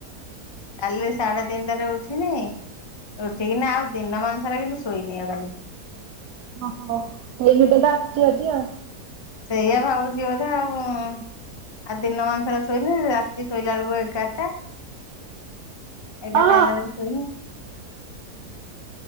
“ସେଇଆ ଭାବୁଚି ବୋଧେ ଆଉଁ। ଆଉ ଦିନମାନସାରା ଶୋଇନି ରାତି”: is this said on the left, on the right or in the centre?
Left